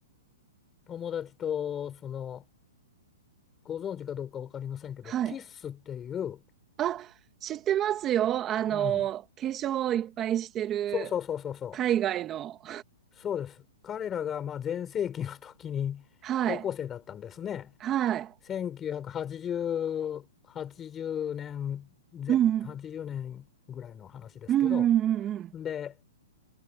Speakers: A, on the left; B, on the right.
A: 友達と、その、ご存知かどうか分かりませんけど、
B: はい。
A: キッスっていう、
B: あ、知ってますよ。あの、
A: うん、
B: 化粧をいっぱいしてる海外の。
A: そうそうそうそうそう、そうです。彼らが、まあ、全盛期の時に高校生だったんですね。
B: はい。はい。
A: 1980、80年、ぜ80年ぐらいの話ですけど、
B: うんうん。うんうんうんうん。
A: で、